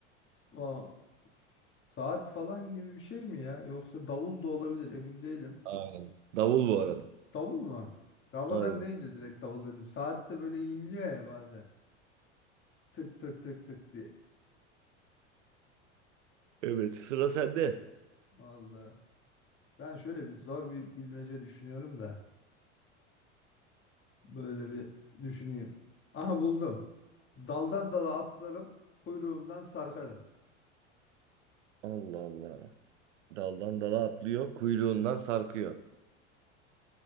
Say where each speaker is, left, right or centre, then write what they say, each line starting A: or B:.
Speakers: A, on the left; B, on the right.
A: o saat falan gibi bir şey mi ya? Yoksa davul da olabilir emin değilim.
B: Aynen. Davul bu arada.
A: Davul mu? Ramazan
B: Aynen.
A: deyince direkt davul dedim. Saat de böyle inliyor ya bazen. Tık tık tık tık diye.
B: Evet sıra sende.
A: Vallahi. Ben şöyle bir zor bir bilmece düşünüyorum da. Böyle bir düşüneyim. Aha buldum. Daldan dala atlarım, kuyruğumdan sarkarım.
B: Allah Allah. Daldan dala atlıyor, kuyruğundan sarkıyor.